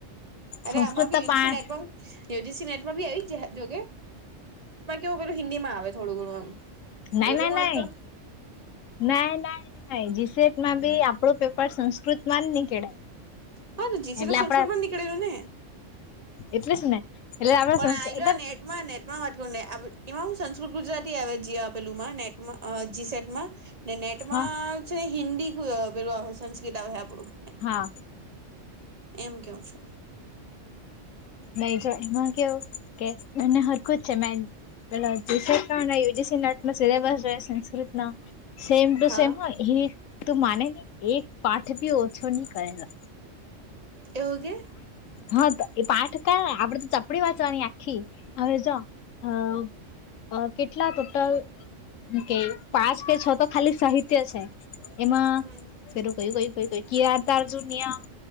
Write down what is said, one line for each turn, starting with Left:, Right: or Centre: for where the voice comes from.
Right: અરે
Left: સંસ્કૃત
Right: આમાં બી
Left: તો
Right: યુજીસી
Left: પા
Right: નેટવર્ યુજીસી નેટ આવી જો કેવ પેલું હિન્દી માં આવે થોડું ઘણું એમ.
Left: ના
Right: પેલું
Left: ન ન
Right: માં તો
Left: ના ના. જીસેટ માં બી આપણો પેપર સંસ્કૃત માં જ નઈ કેળાય
Right: હા તો જીસેટ
Left: એટલે
Right: સંસ્કૃતમાં
Left: આપડે
Right: નીકળેલું ને
Left: એટલે સુુંને એટલે
Right: પણ
Left: સંસ્કૃત
Right: આ્યો નેટમાં નેટમાં વાતું ને એમાં હું સંસ્કૃત ગુજરાતી આવે આપેલું માં નેટ જી સટમાં ને નેટમાં
Left: હા
Right: છે ને હિન્દી પેલું આવે સંસ્કૃત આવે છે આપણું
Left: હા
Right: એમ કયો છ
Left: નહી જો એમાં કેવું કે એને હરકું જ છે મે પેલા જે સરકાર ના યુ જસી ના આટમાં સિલેબસ જો સંસ્કૃત ના સેમ ટુ
Right: હા
Left: સેમ હ એ તું માને નને એક પાઠ ભી ઓછો નહી કરેલા
Right: એવું કે
Left: હા તો એ પાઠ કા આપડે તો ચપડી વાંચવાની આખી હવે જો અ કેટલા ટોટલ કે પાંચ કે છ તો ખાલી સાહિત્ય છે. એમાં
Right: હમ
Left: ફેરું કયું કય ક ક તારજુ આમ.